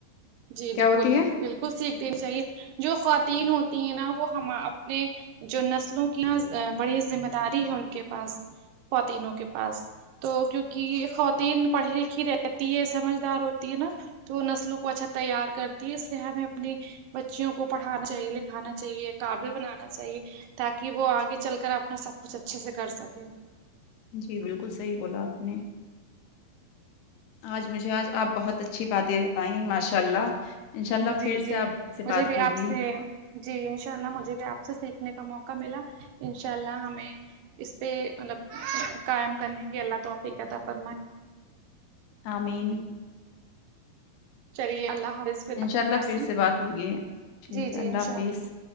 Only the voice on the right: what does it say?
جی
بالکل
بالکل سیکھ دینی چاہیے جو خواتین ہوتی ہیں نا وہ ہم اپنے جو نسلوں کی یہاں بڑی ذمہ داری ہے ان کے پاس خواتینوں کے پاس تو کیونکہ خواتین پڑھی لکھی رہتی ہے سمجھدار ہوتی ہے نا تو وہ نسلوں کو اچھا تیار کرتی ہے اس لیے ہمیں اپنی بچیوں کو پڑھانا چاہیے لکھانا چاہیے قابل بنانا چاہیے تاکہ وہ آگے چل کر اپنا سب کچھ اچھے سے کر سکے
جی
جی
مجھے
بھی
آپ سے جی انشاء اللہ مجھے بھی آپ سے سیکھنے کا موقع ملا انشاء اللہ ہمیں اس پہ مطلب قائم کرنے کے اللہ تو توفیق عطا فرمائے
چلیے اللہ حافظ پھر بات
ہوگی
آپ
سے
جی
جی انشاء
اللہ